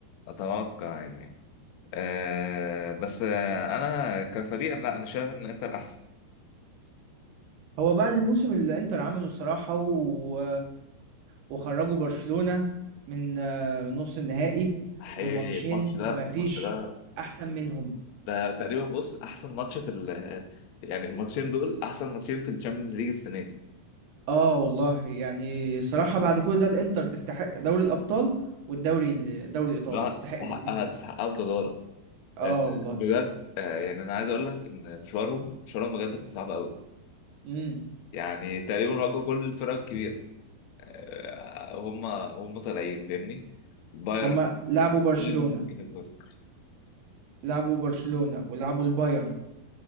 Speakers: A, on the left; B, on the right.
A: أتوقع يعني أه بس آه، أنا كفريق لا أنا شايف إن الإنتر أحسن
B: هو بعد الموسم اللي انتر عمله الصراحة و... وخرجوا برشلونة من من نص النهائي
A: حقيقي
B: بماتشين
A: الماتش ده
B: مفيش
A: الماتش ده
B: احسن منهم
A: ده تقريبا بص احسن ماتش في ال يعني الماتشين دول احسن ماتشين في الشامبيونز ليج السنه دي
B: اه والله يعني الصراحة بعد كل ده الانتر تستحق دوري الابطال والدوري الدوري الايطالي
A: بجد
B: تستحق
A: تستحقها
B: الاتنين
A: تستحقها بجداره
B: اه
A: آه،
B: والله
A: بجد آه، يعني انا عايز اقول لك ان مشوارهم مشوارهم بجد كان صعب قوي
B: امم
A: يعني تقريبا واجهوا كل الفرق الكبيرة آه، هم هم طالعين فاهمني بايرن
B: هما لعبوا برشلونة
A: ليفربول.
B: لعبوا برشلونة ولعبوا البايرن